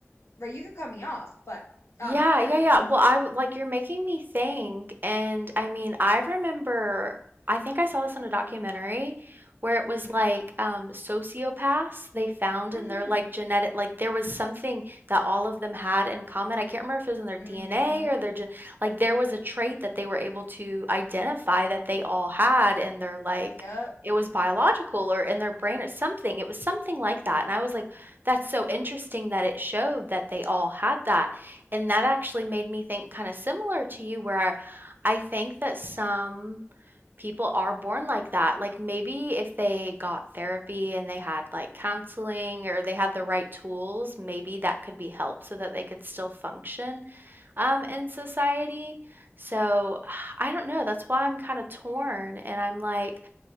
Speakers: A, on the left (about 75°); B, on the right (about 45°).
A: right, you could cut me off, but
B: Yeah,
A: um yeah,
B: yeah,
A: you
B: yeah.
A: could,
B: Well, I w- like you're making me think, and I mean, I remember I think I saw this in a documentary where it
A: mm-hmm.
B: was like um sociopaths they found
A: Mm-hmm.
B: in their like genetic like there was something that all of them had in common. I can't remember if it was in their
A: Mm-hmm.
B: DNA or their ge- like there was a trait that they were able to identify that they all had in their like
A: Yep.
B: it was biological or in their brain or something. It was something like that. And I was like, that's so interesting that it showed that they all had that. And that actually made me think kind of similar to you, where I think that some people are born like that. Like maybe if they got therapy and they had like counseling or they had the right tools, maybe that could be help so that they could still function um, in society. So <sighs> I don't know. That's why I'm kind of torn. And I'm like,